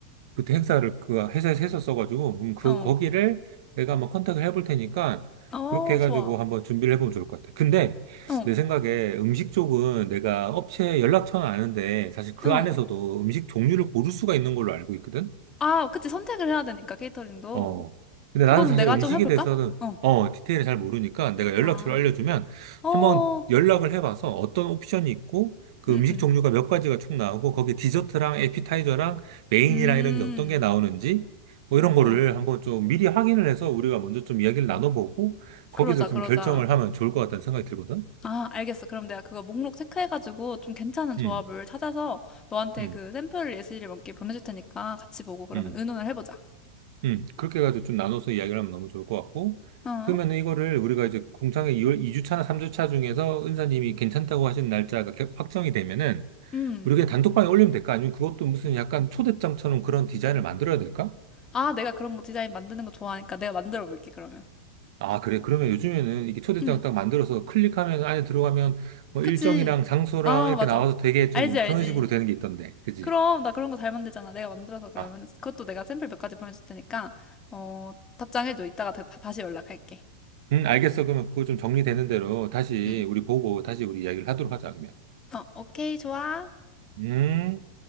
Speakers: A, on the right; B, on the left.
A: 그때 행사를 그 회사에서 했었어가지고, 음, 그,
B: 어,
A: 거기를 내가 한번 컨택을 해볼 테니까,
B: 어,
A: 그렇게 해가지고
B: 좋아.
A: 한번 준비를 해보면 좋을 것 같아. 근데,
B: 어,
A: 내 생각에 음식 쪽은 내가 업체 연락처는 아는데, 사실 그
B: 어.
A: 안에서도 음식 종류를 고를 수가 있는 걸로 알고 있거든?
B: 아, 그치. 선택을 해야 되니까, 케이터링도.
A: 어. 근데
B: 그거는
A: 나는 사실
B: 내가
A: 음식에
B: 좀 해볼까?
A: 대해서는,
B: 어.
A: 어, 디테일을 잘 모르니까 내가 연락처를
B: 아,
A: 알려주면
B: 어,
A: 한번 연락을 해봐서 어떤 옵션이 있고 그
B: 음,
A: 음식
B: 음,
A: 종류가 몇 가지가 총 나오고 거기에 디저트랑 에피타이저랑 메인이랑
B: 음.
A: 이런 게 어떤 게 나오는지 뭐 이런 거를
B: 어,
A: 한번 좀 미리 확인을 해서 우리가 먼저 좀 이야기를 나눠보고 거기서
B: 그러자,
A: 좀
B: 그러자.
A: 결정을 하면 좋을 것 같다는 생각이 들거든.
B: 아, 알겠어. 그럼 내가 그거 목록 체크해가지고 좀 괜찮은 조합을
A: 음,
B: 찾아서 너한테
A: 음,
B: 그 샘플 예시를 몇 개 보내줄 테니까 같이 보고 그러면
A: 음.
B: 의논을 해보자.
A: 음, 그렇게 해가지고 좀 나눠서 이야기를 하면 너무 좋을 것 같고,
B: 어?
A: 그러면은 이거를 우리가 이제 공창회 2월 주 차나 삼주차나 3주차 중에서 은사님이 괜찮다고 하신 날짜가 개- 확정이 되면은,
B: 음.
A: 우리 그냥 단톡방에 올리면 될까? 아니면 그것도 무슨 약간 초대장처럼 그런 디자인을 만들어야 될까?
B: 아, 내가 그런 거 디자인 만드는 거 좋아하니까 내가 만들어 볼게, 그러면.
A: 아, 그래. 그러면 요즘에는 이게 초대장
B: 음.
A: 딱 만들어서 클릭하면 안에 들어가면 뭐
B: 그치.
A: 일정이랑 장소랑
B: 아,
A: 이렇게
B: 맞아.
A: 나와서 되게 좀
B: 알지, 알지.
A: 그런 식으로 되는 게 있던데. 그지?
B: 그럼, 나 그런 거 잘 만들잖아. 내가 만들어서 그러면,
A: 아,
B: 그것도 내가 샘플 몇 가지 보내줄 테니까, 어, 답장해줘. 이따가 다, 다시 연락할게.
A: 음, 알겠어. 그러면 그거 좀 정리되는 대로 다시
B: 응
A: 우리 보고 다시 우리 이야기를 하도록 하자, 그러면.
B: 어, 오케이, 좋아.
A: 음.